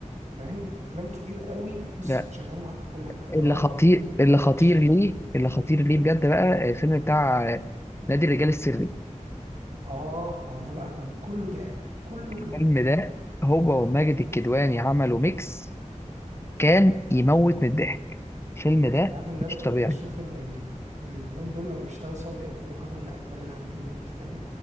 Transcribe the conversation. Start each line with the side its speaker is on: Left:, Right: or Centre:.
Right: فاهم افلام كتير قوي بص
Left: لا
Right: شغال معاك في كل حاجة
Left: اللي
Right: دراما
Left: خطير
Right: وكوميدي
Left: اللي
Right: واكشن
Left: خطير ليه اللي خطير ليه بجد بقى آه، الفيلم بتاع آه، نادي الرجال السري
Right: اه اه ده بقى كان كله ضحك كله كان
Left: الفيلم
Right: ضحك
Left: ده هو وماجد الكدواني عملوا ميكس كان يموت من الضحك الفيلم ده
Right: عارف ان انا
Left: مش
Right: ب-
Left: طبيعي
Right: بشوف ان ال- الاتنين دول لما بيشتغلوا سوا بيقدموا حاجه من اجمل الحاجات اللي ممكن تتعمل